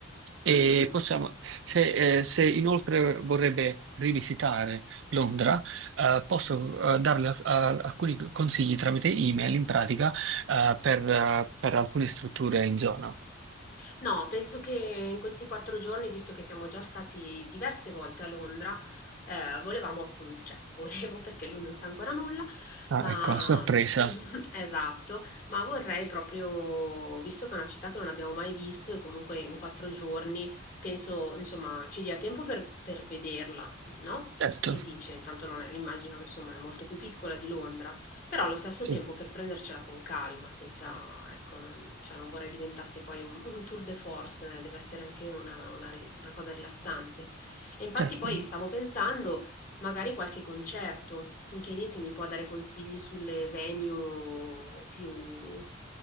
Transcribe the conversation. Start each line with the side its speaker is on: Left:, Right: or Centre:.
Right: E
Left: Mhm.
Right: possiamo, se, eh, se inoltre vorrebbe rivisitare Londra, eh, posso eh, darle a- a- alcuni consigli tramite email in pratica eh, per, eh, per alcune strutture in zona.
Left: No, penso che in questi quattro giorni, visto che siamo già stati diverse volte a Londra, eh, volevamo appunto, cioè <laughs> volevo perché lui non sa ancora nulla,
Right: Ah,
Left: ma
Right: ecco, a sorpresa.
Left: <laughs> esatto, ma vorrei proprio, visto che è una città che non abbiamo mai visto e comunque in quattro giorni penso, insomma, ci dia tempo per, per vederla, no?
Right: Certo,
Left: Che dice? Tanto non è, immagino, insomma, è molto più piccola di Londra. Però allo stesso
Right: sì,
Left: tempo per prendercela con calma, senza, ecco, non, cioè non vorrei diventasse poi un, un tour de force, eh, deve essere anche una, una ri- una cosa rilassante. E infatti
Right: certo.
Left: poi stavo pensando magari qualche concerto, anche lì se mi può dare consigli sulle venue più